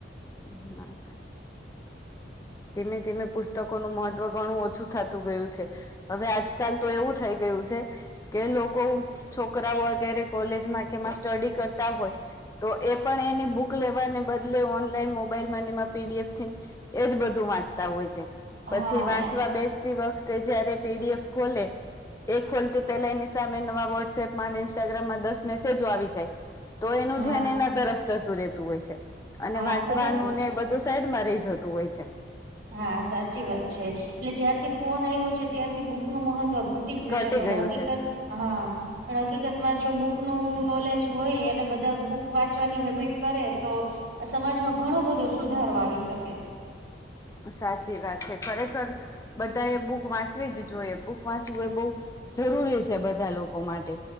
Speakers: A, on the left (about 15°); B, on the right (about 70°).
A: હમ ના ધીમે ધીમે પુસ્તકોનું મહત્વ ઘણું ઓછું થતું ગયું છે. હવે આજકાલ તો એવું થઈ ગયું છે. કે લોકો છોકરાઓ અત્યારે કોલેજમાં કેમાં સ્ટડી કરતા હોય. તો એ પણ એની બુક લેવાને બદલે ઓનલાઈન મોબાઈલ પીડીએફ થી એજ બધું. વાંચતા હોય છે
B: હા
A: પછી વાંચવા બેસતી વખતે જયારે પીડીએફ ખોલે. એ ખોલતી પેલા એની સામે નવા વોટ્સએપમાં અને ઇન્સ્ટાગ્રામમાં દસ મેસેજો આવી જાય. તો એનું
B: હા
A: ધ્યાન એના તરફ જતું રહેતું હોય છે અને
B: હા
A: વાંચવાનું
B: બરાબર છે
A: ને બધું. સાઈડમાં રહી જતું હોય છે.
B: હા સાચી વાત છે એટલે જ્યારથી ફોન આવ્યો છે ત્યારથી બુક નું મહત્વ ઘટ. તટી
A: ઘટી
B: ગયું છે પણ હકીકત
A: છે
B: હા. પણ હકીકતમાં જો બુક ન નોલેજ હોય અને બધા બુક વાંચવાની હેબિટ કરે તો. આ સમાજમાં ઘણો બધો સુધારો આવી શકે.
A: સાચી વાત છે ખરેખર બધાએ બુક વાંચવી જ જોઈએ બુક વાંચવું એ બહ. જરૂરી છે બધા લોકો માટે